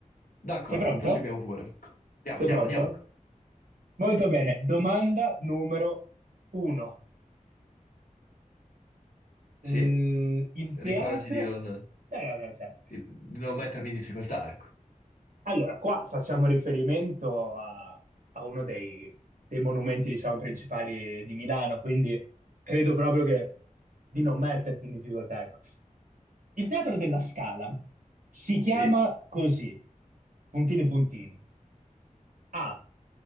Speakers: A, on the left; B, on the right.
A: D'accordo,
B: Sei pronto?
A: proseguiamo pure. Andiamo,
B: Sei
A: andiamo,
B: pronto?
A: andiamo.
B: Molto bene. Domanda numero uno.
A: Sì,
B: Mm, il
A: ricordati
B: teatro...
A: di non,
B: No, no, no, c'è.
A: di di non mettermi in difficoltà, ecco.
B: Allora, qua facciamo riferimento a, a uno dei, dei monumenti, diciamo, principali di Milano, quindi credo proprio che di non metterti in difficoltà, ecco. Il Teatro della Scala si chiama
A: Sì.
B: così, puntini puntini. A,